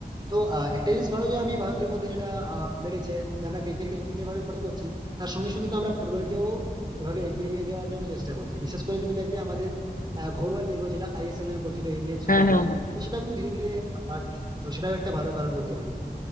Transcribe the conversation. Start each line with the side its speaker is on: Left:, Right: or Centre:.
Right: তো আহ, একটা জিনিস ভালো যে আমি ভারতের মধ্যে যেটা আহ, বেড়েছে যে আমরা ক্রিকেটকে যেভাবে ফলো করছি তার সঙ্গে সঙ্গে তো আমরা ফুটবলকেও এভাবে এগিয়ে নিয়ে যাওয়ার জন্য চেষ্টা করছে বিশেষ করে তুমি দেখবে আমাদের আহ, ঘরোয়া লিগ হয় যেটা আইএসএল নামে পরিচিত ইন্ডিয়ান সুপার
Left: হ্যাঁ হ্যাঁ
Right: লিগ
Left: হ্যাঁ
Right: তো সেটা কিন্তু ধীরে ধীরে বাড়ছে তো সেটাও একটা ভালো কারণ বলতে পারি